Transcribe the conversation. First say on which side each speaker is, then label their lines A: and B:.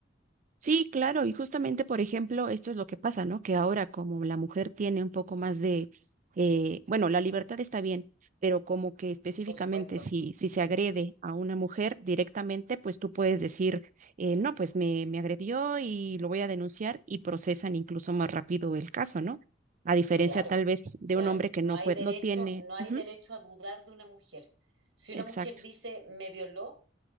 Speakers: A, on the right (about 45°); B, on the right (about 75°).
A: Sí, claro, y justamente, por ejemplo, esto es lo que pasa, ¿no? Que ahora como la mujer tiene un poco más de, eh, bueno, la libertad está bien, pero como que específicamente
B: por supuesto.
A: si, si se agrede a una mujer directamente, pues tú puedes decir, eh, no, pues me, me agredió y lo voy a denunciar y procesan incluso más rápido el caso, ¿no? A diferencia
B: Sí, claro,
A: tal vez de
B: claro.
A: un hombre que
B: No
A: no
B: hay
A: puede,
B: derecho,
A: no tiene,
B: no hay
A: Ujú,
B: derecho a dudar de una mujer. Si
A: exacto.
B: una mujer dice me violó,